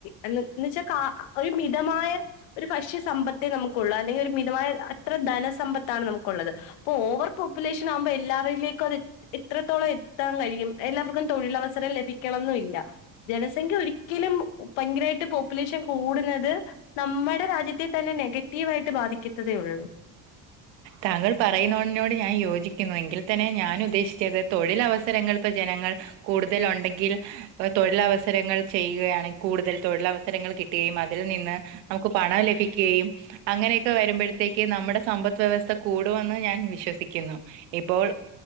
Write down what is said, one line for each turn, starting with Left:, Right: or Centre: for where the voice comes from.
Left: എന്ന് വച്ചാൽ കാ ഒരു മിതമായ ഒരു ഭക്ഷ്യ സമ്പത്തേ നമുക്കുള്ളൂ അല്ലെങ്കിൽ ഒരു മിതമായ അത്ര ധനസമ്പത്താണ് നമുക്കുള്ളത് അപ്പൊ ഓവർ പോപ്പുലേഷൻ ആവുമ്പോ എല്ലാവരിലേക്കും അത് ഇത്രത്തോളം എത്താൻ കഴിയും എല്ലാവർക്കും തൊഴിലവസരം ലഭിക്കണംന്നുംല്ല. ജനസംഖ്യ ഒരിക്കലും ഭയങ്കരമായിട്ട് പോപ്പുലേഷൻ കൂടുന്നത് നമ്മടെ രാജ്യത്തെ തന്നെ നെഗറ്റീവായിട്ട് ബാധിക്കത്തതേ ഉള്ളൂ.
Right: താങ്കൾ പറയുന്നിനോട് ഞാൻ യോജിക്കുന്നു എങ്കിൽ തന്നെ ഞാൻ ഉദ്ദേശിച്ചത് തൊഴിലവസരങ്ങൾപ്പ ജനങ്ങൾ കൂടുതൽ ഉണ്ടെങ്കിൽ തൊഴിലവസരങ്ങൾ ചെയ്യുകയാണെ കൂടുതൽ തൊഴിലവസരങ്ങൾ കിട്ടുകയും അ അതിൽ നിന്ന് നമുക്ക് പണം ലഭിക്കുകയും അങ്ങനെയൊക്കെ വരുമ്പോഴത്തേക്ക് നമ്മുടെ സമ്പത്ത് വ്യവസ്ഥ കൂടുമെന്ന് ഞാൻ വിശ്വസിക്കുന്നു. ഇപ്പോൾ